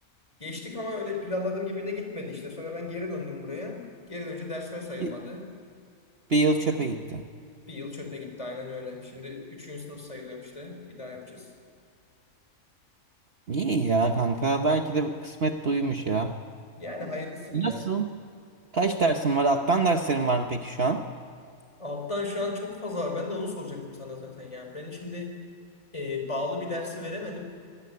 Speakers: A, on the left; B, on the right.
A: Geçtik ama öyle planladığım gibi de gitmedi işte. Sonra ben geri döndüm buraya. Geri dönünce dersler sayılmadı.
B: Bir, bir yıl çöpe gitti.
A: Bir yıl çöpe gitti aynen öyle. Şimdi üçüncü sınıf sayılıyorum işte. Bir daha yapacağız.
B: İyi ya kanka. Belki de kısmet buymuş ya.
A: Yani hayırlısı bu
B: Nasıl?
A: ya.
B: Kaç dersin var? Alttan derslerin var mı peki şu an?
A: Alttan şu an çok fazla var. Ben de onu soracaktım sana zaten ya. Ben şimdi e, bağlı bir dersi veremedim.